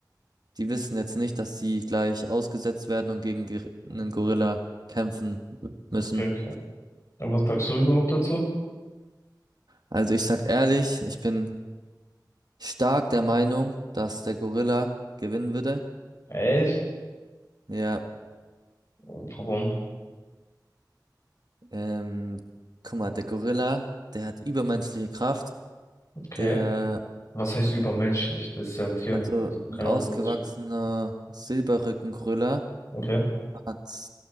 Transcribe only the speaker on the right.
die wissen jetzt nicht, dass sie gleich ausgesetzt werden und gegen Geri- einen Gorilla kämpfen müssen.
Also ich sag ehrlich, ich bin stark der Meinung, dass der Gorilla gewinnen würde.
Ja,
ähm, guck mal, der Gorilla, der hat übermenschliche Kraft.
Der,
also
ein ausgewachsener
Silberrückengorilla
hat